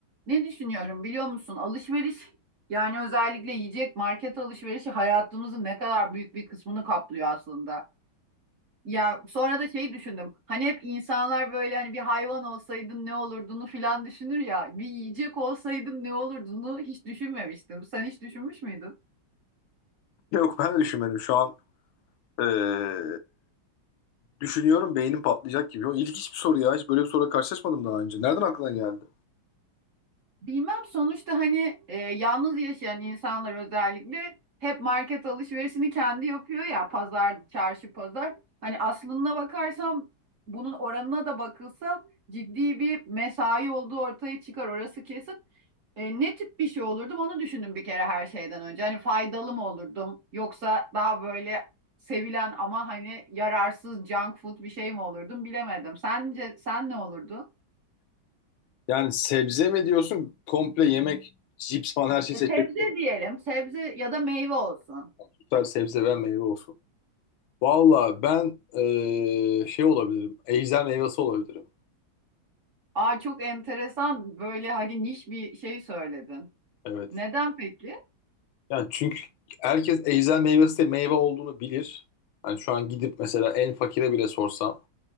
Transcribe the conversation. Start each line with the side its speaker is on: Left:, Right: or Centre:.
Right: Ne düşünüyorum biliyor musun? Alışveriş yani özellikle yiyecek market alışverişi hayatımızın ne kadar büyük bir kısmını kaplıyor aslında. Ya sonra da şeyi düşündüm. Hani hep insanlar böyle hani bir hayvan olsaydın ne olurduğunu filan düşünür ya. Bir yiyecek olsaydın ne olurduğunu hiç düşünmemiştim. Sen hiç düşünmüş müydün?
Left: Yok ben de düşünmedim. Şu an eee, düşünüyorum beynim patlayacak gibi. O ilginç bir soru ya. Hiç böyle bir soruyla karşılaşmadım daha önce. Nereden aklına geldi?
Right: Bilmem sonuçta hani e, yalnız yaşayan insanlar özellikle hep market alışverişini kendi yapıyor ya pazar, çarşı pazar. Hani aslına bakarsam bunun oranına da bakılsa ciddi bir mesai olduğu ortaya çıkar orası kesin. E, ne tip bir şey olurdum onu düşündüm bir kere her şeyden önce. Hani faydalı mı olurdum yoksa daha böyle sevilen ama hani yararsız junk food bir şey mi olurdum bilemedim. Sence sen ne olurdun?
Left: Yani sebze mi diyorsun komple yemek, cips falan her şeyi
Right: E,
Left: seçebilirim.
Right: sebze diyelim. Sebze ya da meyve olsun.
Left: Tutar sebze veya meyve olsun. Valla ben eee, şey olabilirim. Ejder meyvesi olabilirim.
Right: Aa çok enteresan böyle hani niş bir şey söyledin.
Left: Evet.
Right: Neden peki?
Left: Yani çünkü herkes ejder meyvesi de meyve olduğunu bilir. Hani şu an gidip mesela en fakire bile sorsan